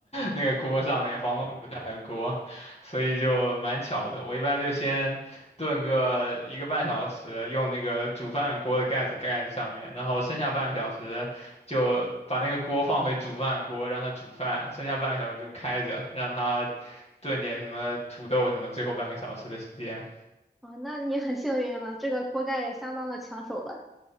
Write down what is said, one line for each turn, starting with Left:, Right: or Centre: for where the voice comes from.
Left: 那个锅上面，房东留下来的锅，所以就蛮巧的。我一般就先炖个一个半小时，用那个煮饭锅的盖子盖在上面，然后剩下半个小时就把那个锅放回煮饭锅，让它煮饭，剩下半个小时就开着，让它炖点什么土豆什么，最后半个小时的时间。
Centre: 啊，那你很幸运了，这个锅盖也相当的抢手了。